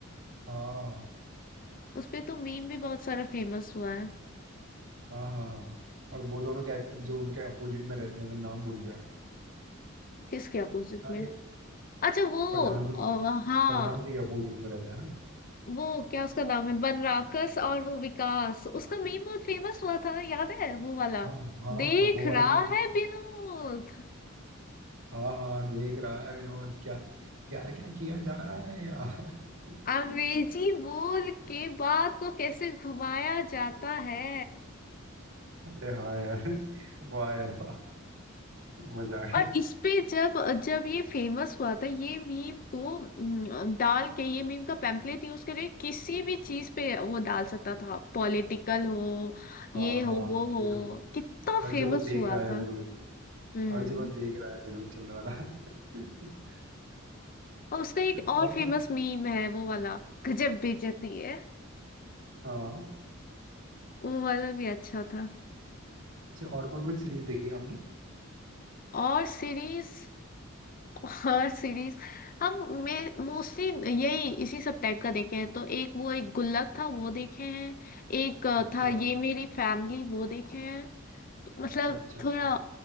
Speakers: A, on the right; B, on the left.
A: हाँ
B: उसपे तो मीम भी बहुत सारा फेमस हुआ है
A: हाँ हाँ हाँ। और वो दोनों कैरेक्टर जो उनके अपोजिट में रहते हैं मैं नाम भूल गया
B: किसके अपोजिट
A: अरे
B: में अच्छा वो
A: प्रधान
B: अ,
A: जी
B: हाँ
A: प्रधान जी के अपोजिट में रहते हैं ना
B: वो क्या उसका नाम है बनराकस और वो विकास उसका मीम बहुत फेमस हुआ था याद है वो वाला
A: हाँ हाँ
B: देख
A: हाँ वो
B: रहा
A: वाला मीम
B: है विनोद
A: हाँ हाँ देख रहा है विनोद क्या क्या क्या किया जा रहा है यार
B: अंग्रेजी
A: <laughs>
B: बोल के बात को कैसे घुमाया जाता है
A: अरे हाँ यार वाह यार वाह मजा आ गया
B: और इस पे जब जब ये फेमस हुआ था ये मीम को अम, डाल के ये मीम का पैम्फलेट यूज करके किसी भी चीज पे वो डाल सकता था पॉलिटिकल हो ये
A: हाँ
B: हो
A: हाँ
B: वो
A: हाँ,
B: हो
A: देखा मैंने
B: कितना
A: हर
B: फेमस
A: जगह देख
B: हुआ
A: रहा है
B: था
A: विनोद
B: हम्म
A: हर जगह देख रहा है विनोद चल रहा था <laughs>
B: और उसका एक और
A: और
B: फेमस
A: कौन
B: मीम है वो वाला गजब बेइज्जती है
A: हाँ
B: वो वाला भी अच्छा था
A: अच्छा और कौन कौन सीरीज देखी है आपने
B: और सीरीज हॉरर सीरीज हम मैं मोस्टली यही इसी सब टाइप का देखे हैं तो एक वो एक गुल्लक था वो देखे हैं एक अ,
A: अच्छा
B: था ये मेरी फैमिली वो देखे हैं तो मतलब
A: अच्छा अच्छा अच्छा
B: थोड़ा